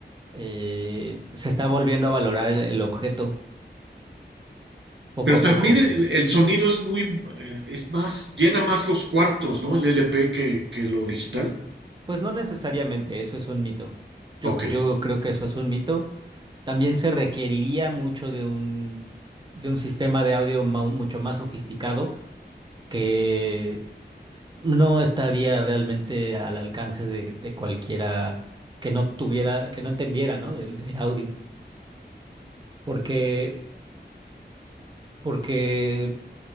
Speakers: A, on the right; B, on the right.
A: Eh, se está volviendo a valorar el, el objeto poco
B: Pero
A: a poco.
B: también el, el sonido es muy, eh, es más, llena más los cuartos, ¿no? El LP que, que lo digital.
A: Pues no necesariamente, eso es un mito. Yo,
B: Ok.
A: yo creo que eso es un mito. También se requeriría mucho de un, de un sistema de audio mau- mucho más sofisticado que no estaría realmente al alcance de, de cualquiera que no tuviera, que no entendiera, ¿no? Del de audio, porque, porque